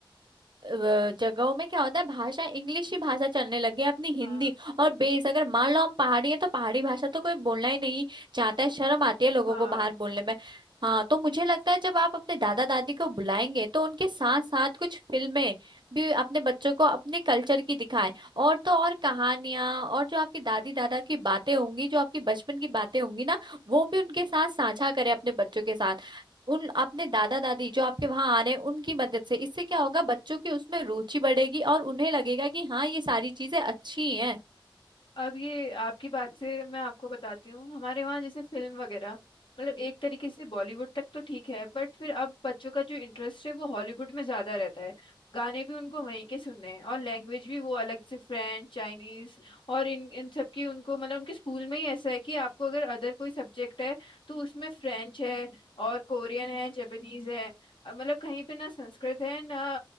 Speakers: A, on the right; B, on the left.
A: अ, जगहों में क्या होता है भाषा इंग्लिश ही भाषा चलने लगी है अपनी हिंदी
B: हाँ
A: और बेस अगर मान लो हम पहाड़ी है तो पहाड़ी भाषा तो कोई बोलना ही नहीं चाहता है शर्म आती है लोगों
B: हाँ
A: को बाहर बोलने में हाँ तो मुझे लगता है जब आप अपने दादा दादी को बुलाएंगे तो उनके साथ साथ कुछ फिल्में भी अपने बच्चों को अपने कल्चर की दिखाएं और तो और कहानियां और जो आपकी दादी दादा की बातें होंगी जो आपकी बचपन की बातें होंगी ना वो भी उनके साथ साझा करें अपने बच्चों के साथ उन अपने दादा दादी जो आपके वहां आ रहे हैं उनकी मदद से इससे क्या होगा बच्चों की उसमें रुचि बढ़ेगी और उन्हें लगेगा कि हाँ ये सारी चीजें अच्छी हैं
B: अब ये आपकी बात से मैं आपको बताती हूँ हमारे वहाँ जैसे फिल्म वगैरह मतलब एक तरीके से बॉलीवुड तक तो ठीक है बट फिर अब बच्चों का जो इंटरेस्ट है वो हॉलीवुड में ज्यादा रहता है गाने भी उनको वहीं के सुनने हैं और लैंग्वेज भी वो अलग से फ्रेंच चाइनीज और इन इन सब की उनको मतलब उनके स्कूल में ही ऐसा है कि आपको अगर अदर कोई सब्जेक्ट है तो उसमें फ्रेंच है और कोरियन है जापानीज है अ, मतलब कहीं पे ना संस्कृत है ना